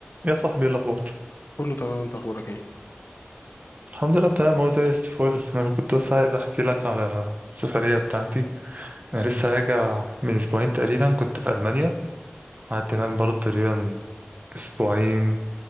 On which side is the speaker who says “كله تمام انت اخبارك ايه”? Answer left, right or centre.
Left